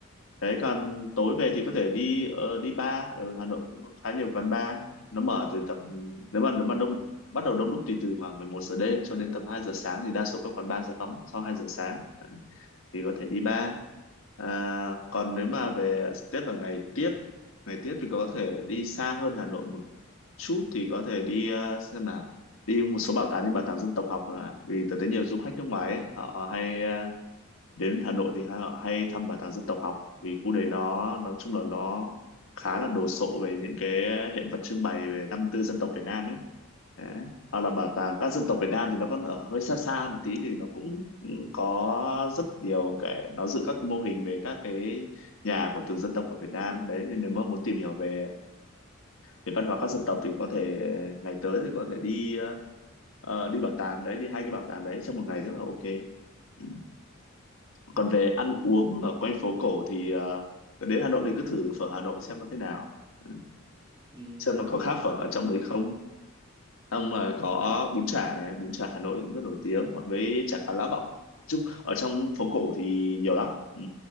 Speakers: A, on the left; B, on the right.
A: thế còn tối về thì có thể đi ờ, đi bar ở Hà Nội cũng khá nhiều quán bar nó mở từ tầm nếu mà nếu mà đông bắt đầu đông đúc thì từ khoảng 11 giờ đêm cho đến tầm 2 giờ sáng thì đa số các quán bar sẽ đóng sau 2 giờ sáng Đấy. thì có thể đi bar à, còn nếu mà về tiếp là ngày tiếp ngày tiếp thì có thể đi xa hơn Hà Nội một chút thì có thể đi ờ, xem nào đi một số bảo tàng như bảo tàng dân tộc học nữa ạ. vì tôi thấy nhiều du khách nước ngoài ấy, họ hay ờ, đến Hà Nội thì ha- hay thăm bảo tàng dân tộc học vì khu đấy nó nói chung là nó khá là đồ sộ về những cái hiện vật trưng bày về năm tư dân tộc Việt Nam ấy đấy. hoặc là bảo tàng các dân tộc Việt Nam thì nó còn ở hơi xa xa một tí thì nó cũng có rất nhiều cái nó giữ các cái mô hình về các cái nhà của từng dân tộc ở Việt Nam đấy thì nếu mà muốn tìm hiểu về về văn hóa các dân tộc thì có thể ngày tới thì có thể đi ờ, đi bảo tàng đấy đi hai cái bảo tàng đấy trong một ngày rất là ok Ừ
B: Ừ.
A: còn về ăn uống ở quanh phố cổ thì ờ, đến Hà Nội thì cứ thử phở Hà Nội xem nó thế nào Ừ,
B: Ừ.
A: xem nó có khác phở ở trong
B: Ừ.
A: đấy không ông là có bún chả này bún chả Hà Nội cũng rất nổi tiếng hoặc với chả cá lá vọng chung ở trong phố cổ thì nhiều lắm ừ.